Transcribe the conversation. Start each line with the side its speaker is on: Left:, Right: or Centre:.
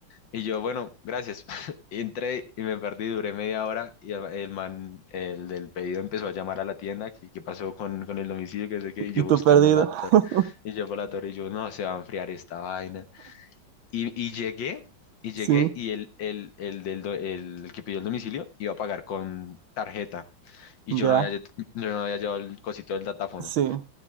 Left: y yo, bueno, gracias. <laughs> Entré y me perdí, duré media hora y el el man, el del pedido empezó a llamar a la tienda, que qué pasó con, con el domicilio, que no sé qué, y yo
Right: ¿y tu
Left: buscando
Right: perdida?
Left: la torre,
Right: <laughs>
Left: y yo por la torre, y yo, no, se va a enfriar esta vaina. Y, y llegué, y llegué,
Right: Sí.
Left: y el, el, el, del, do- el, el que pidió el domicilio iba a pagar con tarjeta, y
Right: Ya,
Left: yo no había, lle- yo no había llevado el cosito del datáfono.
Right: sí.